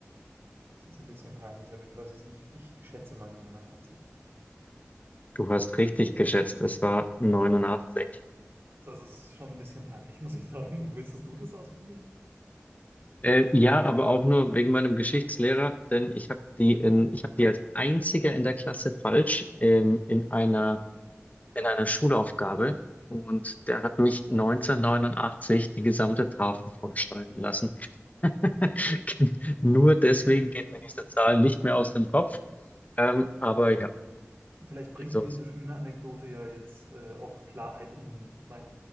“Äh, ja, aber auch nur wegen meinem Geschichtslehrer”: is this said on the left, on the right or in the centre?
Left